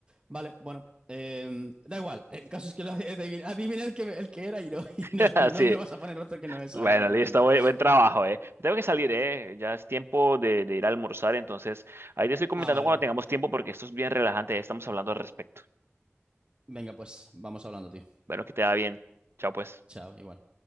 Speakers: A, on the right; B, on the right.
A: Vale, bueno, eh, da igual. El caso es que lo adiviné, adiviné el que, el que era y, no, <laughs> y
B: <laughs>
A: no, no me vas a poner otro que no es
B: Bueno,
A: ahora de repente.
B: listo, buen, buen trabajo, eh. Tengo que salir, eh. Ya es tiempo de, de ir a almorzar, entonces ahí te estoy comentando
A: Ah, vale,
B: cuando
A: vale.
B: tengamos tiempo porque esto es bien relajante, ya estamos hablando al respecto.
A: Venga, pues vamos hablando, tío.
B: Bueno, que te va bien. Chao, pues.
A: Chao, igual.